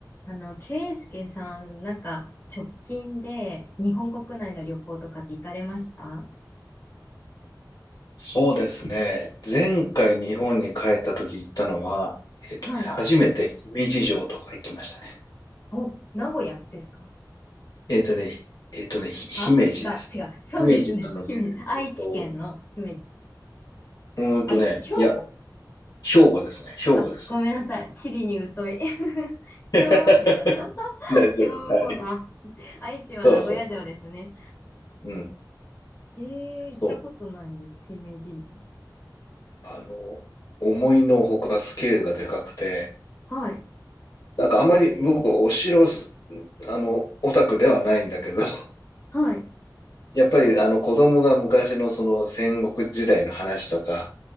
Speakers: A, on the left; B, on the left.
A: あの、ケイスケさん、なんか、直近で日本国内の旅行とかって行かれました
B: そうですね。前回日本に帰った時行ったのは、えっとね、
A: はい。
B: 初めて姫路城とか行きましたね。
A: お、名古屋ですか
B: えっとね、えっとね、ひ姫路です。
A: あ、違う、違う。そうですね。
B: 姫路なので、
A: <laughs> 姫路。
B: えっと、
A: 愛知県の姫路。
B: うーんとね、
A: あれ兵庫
B: いや、兵庫ですね。兵庫です。
A: あ、ごめんなさい。地理に疎い。<laughs>
B: <laughs>
A: 兵庫県だ。<laughs>
B: 大丈夫です。
A: 兵庫だ。
B: はい。
A: 愛知は名古屋城ですね。
B: そうそうそう。うん。
A: えー、行ったことないです。
B: そう。
A: 姫路。
B: あの、思いのほかスケールがでかくて、
A: はい、
B: なんかあまり僕お城す、あの、オタクではないんだけど、
A: はい。
B: やっぱりあの子供が昔のその戦国時代の話とか、